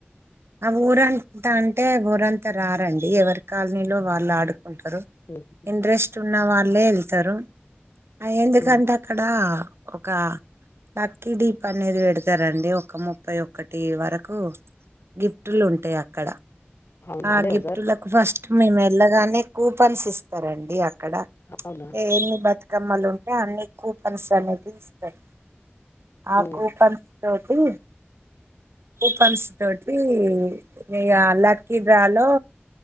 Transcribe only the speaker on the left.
ఉమ్
ఉమ్
అవునా
అదే
రోజా
అవునా
హ్మ్.